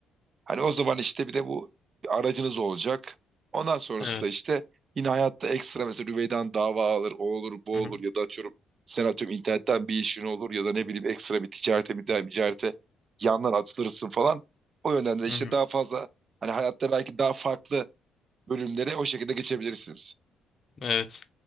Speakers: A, on the right; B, on the left.
A: Hani o zaman işte bir de bu bir aracınız olacak. Ondan sonrası
B: Evet.
A: da işte yine hayatta ekstra mesela Rüvey'den dava alır, o olur, bu
B: Hı
A: olur
B: hı,
A: ya da atıyorum sen atıyorum internetten bir işin olur ya da ne bileyim ekstra bir ticarete bir daha ticarete yandan atılırsın falan. O yönden de
B: hı
A: işte
B: hı.
A: daha fazla hani hayatta belki daha farklı bölümlere o şekilde geçebilirsiniz.
B: Evet.